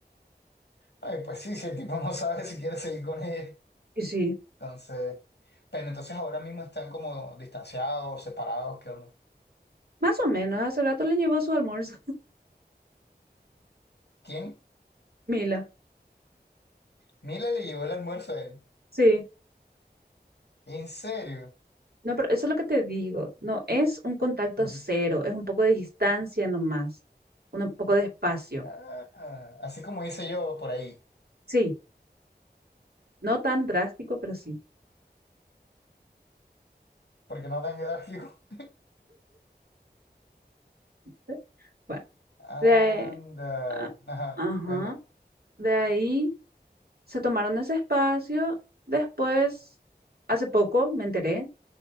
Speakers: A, on the left; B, on the right.
A: Ay, pues sí, si el tipo no sabe si quiere seguir con ella.
B: Y sí,
A: Entonces, pero entonces ahora mismo están como distanciados, separados, ¿qué onda?
B: más o menos. Hace rato le llevó su almuerzo,
A: ¿Quién?
B: <laughs> Mila.
A: Mila le llevó el almuerzo a él.
B: Sí.
A: ¿En serio?
B: No, pero eso es lo que te digo. No es un contacto
A: Ujú.
B: cero, es un poco de distancia nomás, un poco de espacio.
A: Ah, así como hice yo por ahí,
B: Sí. No tan drástico, pero sí.
A: porque no tan grave <laughs>
B: ¿sí? Bueno,
A: Anda.
B: de, ahí- a-
A: Ajá,
B: ajá,
A: cuéntame.
B: de ahí se tomaron ese espacio. Después, hace poco me enteré